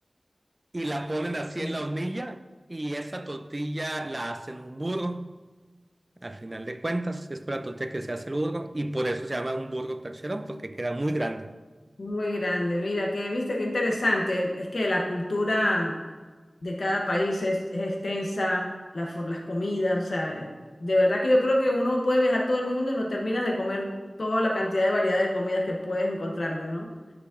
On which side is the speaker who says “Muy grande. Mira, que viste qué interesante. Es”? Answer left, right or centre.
Left